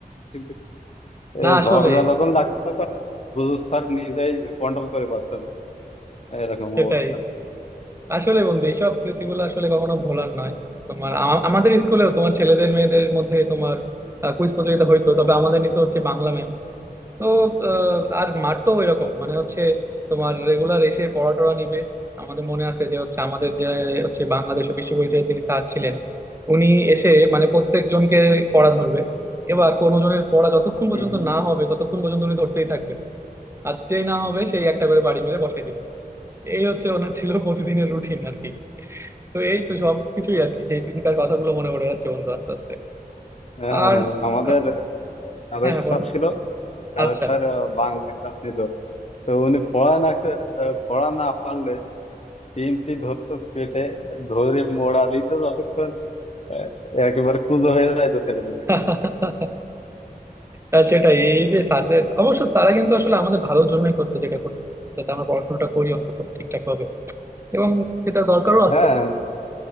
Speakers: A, on the left; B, on the right.
A: কিন্তু
B: না
A: এ
B: আসলে
A: ঝগড়া যখন লাগতো তখন হুজুর স্যার নিজেই কন্ট্রোল করে পারতো না এরকম
B: সেটাই
A: অবস্থা
B: আসলে বন্ধু এইসব স্মৃতিগুলো আসলে কখনো ভোলার নয় তোমার আ- আমাদের স্কুলেও তোমার ছেলেদের মেয়েদের মধ্যে তোমার কুইজ প্রতিযোগিতা হইতো তবে আমাদের নিতে হচ্ছে বাংলা ম্যাম তো আহ, আর মারতো এরকম মানে হচ্ছে তোমার রেগুলার এসে পড়া টড়া নিবে আমাদের মনে আছে যে হচ্ছে আমাদের যে হচ্ছে বাংলাদেশ ও বিশ্ব পরিচয়ের যিনি স্যার ছিলেন উনি এসে মানে প্রত্যেক জনকে পড়া ধরবে এবার কোনো জনের পড়া যতক্ষণ পর্যন্ত
A: হুম হুম।
B: না হবে ততক্ষণ পর্যন্ত উনি ধরতেই থাকবেন আর যেই না হবে সেই একটা করে বাড়ি মেরে বসাই দিবেন এই হচ্ছে ওনার ছিল প্রতিদিনের রুটিন আর কি তো এই তো সবকিছুই আর কি সেই দিনকার কথাগুলো মনে পড়ে যাচ্ছে বন্ধু আস্তে আস্তে
A: হ্যাঁ,
B: আর
A: হ্যাঁ, আমাদের
B: আহ,
A: কাদের
B: হ্যাঁ হ্যাঁ,
A: স্যার
B: বলো
A: ছিল কাদের
B: আচ্ছা
A: স্যার আহ, বাংলা ক্লাস নিত তো উনি পড়া না খে- আহ, পড়া না পারলে সিমটি ধরতো পেটে ধরে মোড়া দিত যতক্ষণ আহ, একেবারে কুঁজো হয়ে যাইতো ছেলেপেলে
B: <laughs> আর সেটাই এই যে স্যারদের অবশ্য তারা কিন্তু আসলে আমাদের ভালোর জন্যই করতো যেটা করতো যাতে আমরা পড়াশোনাটা করি অন্তত ঠিকঠাক ভাবে এবং সেটা দরকারও আছে
A: হ্যাঁ